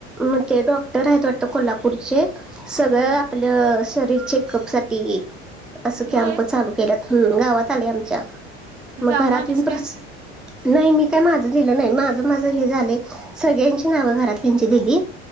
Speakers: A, in the centre; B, on the right.
A: मग ते डॉक्टर आहेत वाटत कोल्हापूरचे, सगळ
B: बर
A: आपलं शरीर चेकअपसाठी, असं
B: होय
A: कॅम्प चालू केल्यात. हम् गावात आलय आमच्या, मग
B: जाऊन
A: घरात
B: आलीस
A: येऊन
B: काय
A: प्र नाही मी काय माझं दिलं नाही, माझं माझं हे झालंय. सगळ्यांची नावं घरातल्यांची दिली.